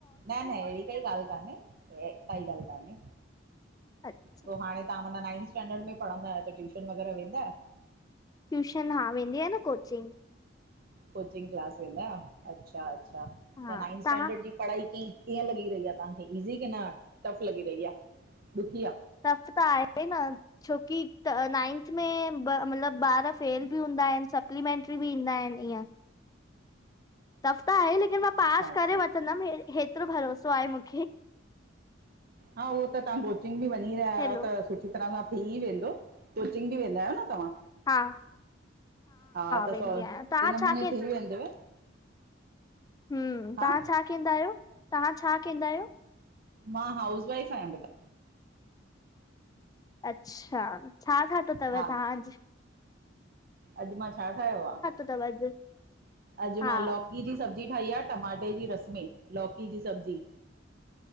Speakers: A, on the right (about 50°); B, on the left (about 20°).
A: न न, अहिड़ी काई ॻाल्हि कान्हे काई ॻाल्हि कोन्हे।
B: अच्छा,
A: पोइ हाणे तव्हां माना नाइंथ स्टैडर्ड में पढ़ंदा आहियो त, ट्यूशन वग़ैरह वेंदा आहियो?
B: ट्यूशन, हा वेंदी आहे न कोचिंग।
A: क्लास वेंदा, अछा अछा त
B: हा
A: नाइंथ
B: तव्हां
A: स्टैंडर्ड जी पढ़ाई। ईअं लॻी रही आहे तव्हांखे ईज़ी की न टफ लॻी रही आहे, ॾुखी आहे।
B: टफ त आहे न, छोकी नाइंथ में मतलबु ॿार फेल बि हूंदा। इंदा आहिनि सप्लीमेंट्री बि ईंदा आहिनि ईअं। टफ़ त आहे लेकिन मां
A: अच्छा
B: पास
A: अच्छा
B: करे वठंदमि हेतिरो भरोसो आहे मूंखे।
A: हा, उहो त तव्हां कोचिंग बि वञी रहिया
B: हैलो
A: आहियो, त सुठी तरह सां। थी वेंदो, कोचिंग बि वेंदा आहियो न तव्हां।
B: हा
A: हा त
B: वेंदी
A: से
B: आहियां तव्हां
A: नमूने
B: छा
A: थी वेंदव।
B: हम,
A: हा
B: तव्हां छा कंदा आहियो? तव्हां छा कंदा आहियो?
A: मां, हाउस वाइफ आयां बेटा।
B: अच्छा, छा थाद्दो अथव
A: हा
B: तव्हां अज।
A: अॼु मां छा ठाहियो आहे?
B: अथव अॼु
A: अॼु
B: हा
A: मां लौकी जी सबजी सब्जी ठही आहे, टमाटे जी रस में लौकी जी सब्जी।